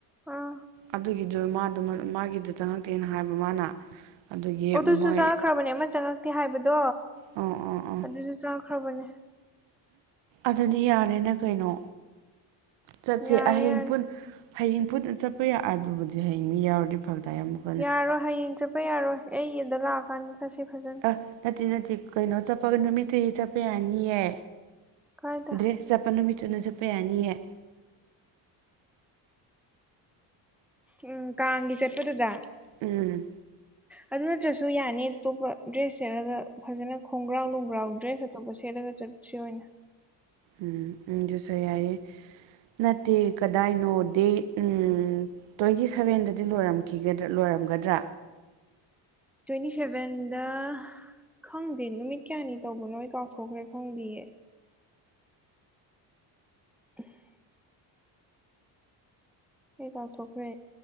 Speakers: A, in the centre; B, on the right (about 80°).
A: ꯑꯥ
B: ꯑꯗꯨꯒꯤꯗꯣ ꯃꯥꯗꯣ ꯃꯥꯒꯤꯗꯣ ꯆꯪꯉꯛꯇꯦꯅ ꯍꯥꯏꯕ ꯃꯥꯅ ꯑꯗꯨꯒꯤ
A: ꯑꯗꯨꯁꯨ
B: ꯃꯣꯏ
A: ꯆꯪꯉꯛꯈ꯭ꯔꯕꯅꯦ ꯑꯃ ꯆꯪꯉꯛꯇꯦ ꯍꯥꯏꯕꯗꯣ
B: ꯑꯣ ꯑꯣ ꯑꯣ
A: ꯑꯗꯨꯁꯨ ꯆꯪꯉꯛꯈ꯭ꯔꯕꯅꯦ
B: ꯑꯗꯨꯗꯤ ꯌꯥꯔꯦꯅ ꯀꯩꯅꯣ ꯆꯠꯁꯦ
A: ꯌꯥꯔꯦ
B: ꯍꯌꯦꯡ
A: ꯌꯥꯔꯦ
B: ꯄꯨꯟ ꯍꯌꯦꯡ ꯄꯨꯟꯅ ꯆꯠꯄ ꯌꯥ ꯑꯗꯨꯕꯨꯗꯤ ꯍꯌꯦꯡ ꯃꯤ ꯌꯥꯎꯔꯗꯤ ꯐꯔꯛ ꯇꯥꯏ ꯑꯃꯨꯛ
A: ꯌꯥꯔꯣꯏ ꯍꯌꯦꯡ ꯆꯠꯄ ꯌꯥꯔꯣꯏ ꯑꯩ ꯑꯗ ꯂꯥꯛꯑꯀꯥꯟꯗ ꯆꯠꯁꯤ ꯐꯖꯅ
B: ꯑ ꯅꯠꯇꯦ ꯅꯠꯇꯦ ꯀꯩꯅꯣ ꯆꯠꯄꯒ ꯅꯨꯃꯤꯠꯇꯒꯤ ꯆꯠꯄ ꯌꯥꯅꯤꯌꯦ
A: ꯀꯥꯏꯗ
B: ꯗ꯭ꯔꯦ ꯆꯠꯄ ꯅꯨꯃꯤꯠꯇꯨꯅ ꯆꯠꯄ ꯌꯥꯅꯤꯌꯦ
A: ꯎꯝ ꯀꯥꯡꯒꯤ ꯆꯠꯄꯗꯨꯗ
B: ꯎꯝ
A: ꯑꯗꯨ ꯅꯠꯇ꯭ꯔꯁꯨ ꯌꯥꯅꯤ ꯑꯇꯣꯞꯄ ꯗ꯭ꯔꯦꯁ ꯁꯦꯠꯂꯒ ꯐꯖꯅ ꯈꯣꯡꯒ꯭ꯔꯥꯎ ꯅꯨꯡꯒ꯭ꯔꯥꯎ ꯗ꯭ꯔꯦꯁ ꯑꯇꯣꯞꯄ ꯁꯦꯠꯂꯒ ꯆꯠꯁꯤ ꯑꯣꯏꯅ
B: ꯎꯝ ꯎꯝ ꯑꯗꯨꯁꯨ ꯌꯥꯏꯌꯦ ꯅꯠꯇꯦ ꯀꯗꯥꯏꯅꯣ ꯗꯦ ꯎꯝ ꯇ꯭ꯋꯦꯟꯇꯤ ꯁꯕꯦꯟꯗꯗꯤ ꯂꯣꯏꯔꯝꯈꯤꯒꯗ ꯂꯣꯏꯔꯝꯒꯗ꯭ꯔꯥ
A: ꯇ꯭ꯋꯦꯟꯇꯤ ꯁꯚꯦꯟꯗ ꯈꯪꯗꯦ ꯅꯨꯃꯤꯠ ꯀꯌꯥꯅꯤ ꯇꯧꯕꯅꯣ ꯀꯥꯎꯊꯣꯛꯈ꯭ꯔꯦ ꯈꯪꯗꯤꯌꯦ <inaudible> ꯑꯩ ꯀꯥꯎꯊꯣꯛꯈ꯭ꯔꯦ